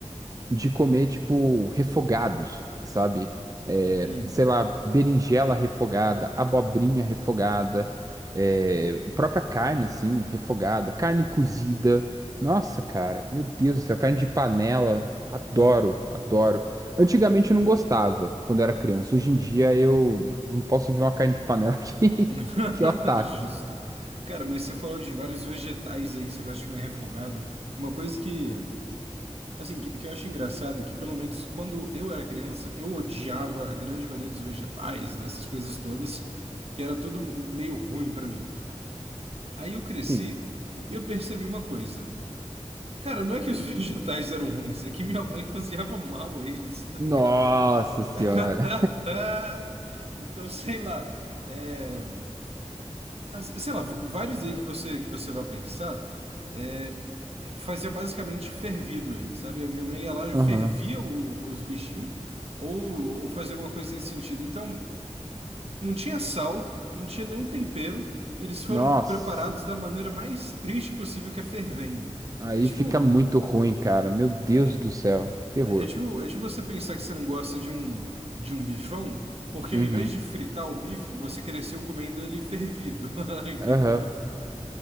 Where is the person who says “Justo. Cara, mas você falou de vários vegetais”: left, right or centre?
Right